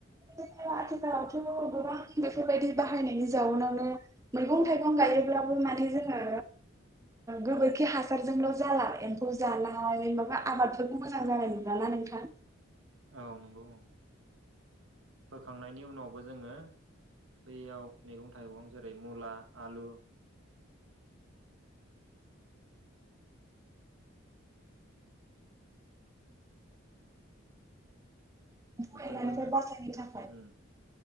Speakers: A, on the right (about 15°); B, on the right (about 75°).
A: बिदिनो आथिखालावथ' गोबां बेफोरबायदि बाहायनायनि जाउनावनो मैगं थाइगं गायोब्लाबो माने जोङो गोबोरखि हासारजोंल' जाला एम्फौ जानाय माबा आबादफोरखौ मोजां जानाय नंला ना नोंथां?
B: औ नंगौ औ। फोखांनायनि उनावबो जोङो बैयाव मैगं थाइगं जेरै मुला आलु बेफोरबो
A: फरायनायनिफ्राय
B: मो
A: बासायनो थाखाय
B: उम।।